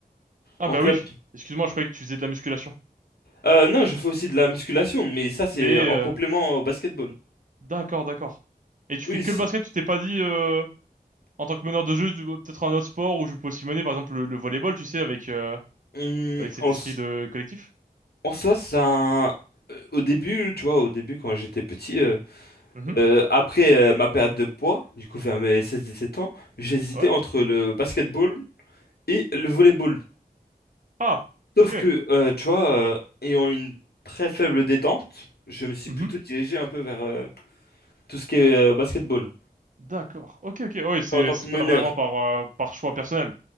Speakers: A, on the right (about 55°); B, on the left (about 85°).
A: Ah
B: en
A: bah
B: club.
A: oui. Excuse-moi, je croyais que tu faisais de la musculation.
B: Euh, non, je fais aussi de la musculation, mais ça c'est
A: Mais
B: en
A: euh,
B: complément au basketball.
A: d'accord, d'accord. Et tu
B: Oui,
A: fais que
B: c'est-
A: le basket, tu t'es pas dit euh, en tant que meneur de jeu, tu- peut-être un autre sport où je peux aussi mener, par exemple, le, le volleyball, tu sais, avec, euh,
B: hum,
A: avec
B: en,
A: cet esprit
B: s-
A: de collectif.
B: en soi, ça, euh, au début, tu vois, au début quand j'étais petit, euh,
A: Mhm.
B: euh, après euh, ma perte de poids, du coup vers mes seize-dix-sept ans, j'hésitais
A: Ouais.
B: entre le basketball et le volleyball.
A: Ah,
B: Sauf
A: ok.
B: que, euh, tu vois, euh, ayant une très faible détente, je me suis
A: Mhm.
B: plutôt dirigé un peu vers euh, tout ce qui est euh, basketball.
A: D'accord. Ok, ok. Ouais, c'est,
B: En tant que
A: c'est
B: meneur,
A: pas vraiment par, euh, par choix personnel.